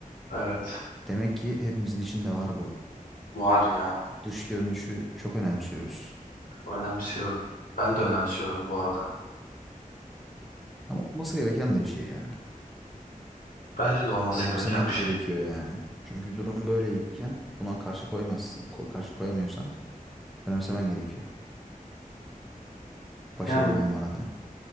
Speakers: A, on the left (about 65°); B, in the centre.
A: Evet
B: Demek ki hepimizin içinde var bu.
A: var ya
B: Dış görünüşü çok önemsiyoruz.
A: önemsiyorum. Ben de önemsiyorum bu arada.
B: Ama olması gereken de bir şey ya.
A: Bence de olması
B: Önemsemek
A: gereken bir
B: gerekiyor
A: şey.
B: yani. Çünkü durum böyleyken buna karşı koymazsın, ko- karşı koyamıyorsan önemsemen gerekiyor. Başarılı
A: Yani
B: olman adına.